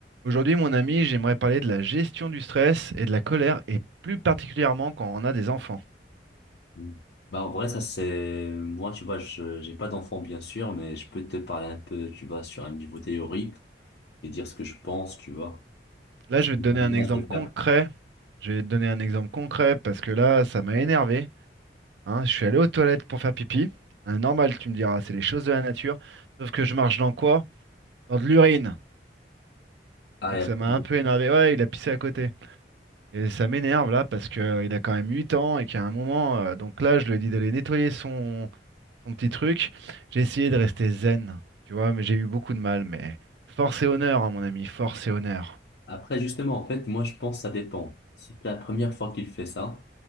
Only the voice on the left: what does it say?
Mm. Bah, en vrai, ça c'est, moi, tu vois, je, j'ai pas d'enfant, bien sûr, mais je peux te parler un peu, tu vois, sur un niveau théorique et dire ce que je pense, tu vois.
Est-ce
que
j'envisage
de faire?
Ah,
et attends.
Après, justement, en fait, moi, je pense que ça dépend. Si c'est la première fois qu'il fait ça,